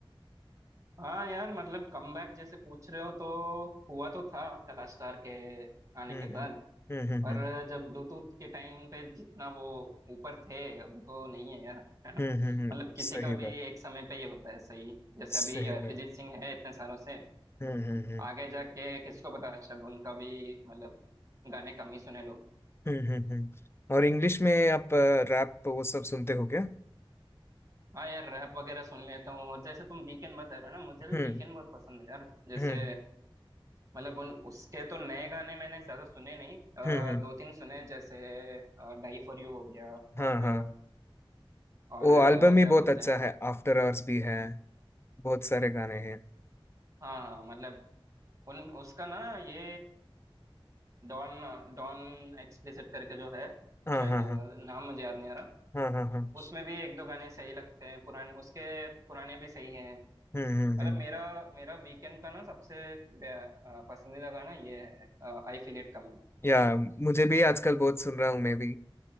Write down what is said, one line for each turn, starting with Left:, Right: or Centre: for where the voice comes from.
Right: हाँ यार मतलब कमबैक जैसे पूछ रहे हो तो हुआ तो था कला स्टार के
Left: हम्म
Right: आने के बाद
Left: हम्म हम्म हम्म
Right: पर
Left: हम्म
Right: जब ब्लूटूथ के टाइम पे जितना वो ऊपर थे अभी तो नहीं है यार <laughs> मतलब
Left: हम्म हम्म, हम्म,
Right: किसी
Left: सही
Right: का भी
Left: बात
Right: एक समय पे ही होता है सही जैसे अभी
Left: सही
Right: अरिजीत
Left: बात
Right: सिंह है इतने सालों से
Left: हम्म हम्म हम्म
Right: आगे जाके किसको पता शायद उनका भी मतलब गाने कम ही सुने लोग
Left: हम्म हम्म हम्म और इंग्लिश में आप रैप वो सब सुनते हो क्या
Right: हाँ यार रैप वगैरह सुन लेता हूँ और जैसे तुम वीकेंड बता रहे हो ना मुझे भी
Left: हम्म
Right: वीकेंड बहुत पसंद है यार जैसे
Left: हम्म
Right: मतलब उन उसके तो नए गाने मैंने ज्यादा सुने नहीं आ,
Left: हम्म हम्म,
Right: दो तीन सुने जैसे डाई फॉर यू हो गया
Left: हाँ
Right: और
Left: हाँ
Right: और
Left: वो
Right: अ,
Left: एल्बम ही
Right: क्या
Left: बहुत
Right: बोलते
Left: अच्छा
Right: हैं
Left: है आफ्टर आवर्स भी है बहुत सारे गाने हैं
Right: हाँ हाँ मतलब उन उसका ना ये डॉन डॉन एक्सप्लिसिट करके जो है
Left: हाँ
Right: शायद
Left: हाँ
Right: अ,
Left: हाँ
Right: नाम मुझे याद नहीं आ रहा
Left: हाँ हाँ हाँ
Right: उसमें भी एक दो गाने सही लगते हैं पुराने उसके पुराने भी सही हैं
Left: हम्म हम्म
Right: मतलब
Left: हम्म
Right: मेरा मेरा वीकेंड का ना सबसे बे- अ, पसंदीदा गाना ये है आई फील इट कमिंग
Left: या मुझे भी आजकल बहुत सुन रहा हूँ मैं भी